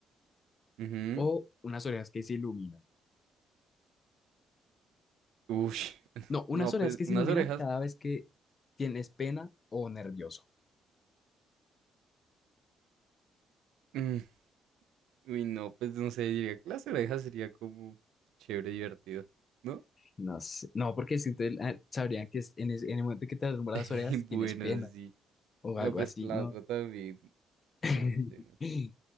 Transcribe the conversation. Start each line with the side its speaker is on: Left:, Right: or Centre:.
Right: Ujú,
Left: O unas orejas que se iluminan.
Right: Uy, <laughs>
Left: No, unas
Right: no,
Left: orejas
Right: pues
Left: que
Right: unas
Left: se iluminan
Right: orejas.
Left: cada vez que tienes pena o nervioso.
Right: mm, Uy, no, pues no sé, diría que las orejas sería como chévere, divertido, ¿no?
Left: No sé, no, porque si ustedes ah, sabrían que es- en, ese- en el momento que te alumbran
Right: <laughs>
Left: las orejas
Right: Y Bueno,
Left: tienes pena
Right: sí.
Left: o
Right: No,
Left: algo
Right: pero
Left: así,
Right: es que la
Left: ¿no?
Right: otra también.
Left: <laughs>
Right: No, no sé, no sé.